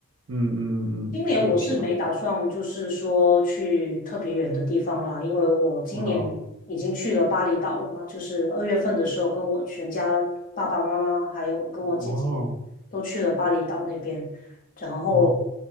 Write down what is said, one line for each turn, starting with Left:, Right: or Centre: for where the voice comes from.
Right: 嗯嗯嗯嗯，
Left: 今年我是没打算，
Right: 是的，是的。
Left: 就是说去特别远的地方啦，因为我今年已经去了巴厘岛了嘛，
Right: 哦。
Left: 就是二月份的时候，跟我全家爸爸妈妈还有跟我姐姐都去了巴厘岛那边，
Right: 哦
Left: 然后
Right: 哦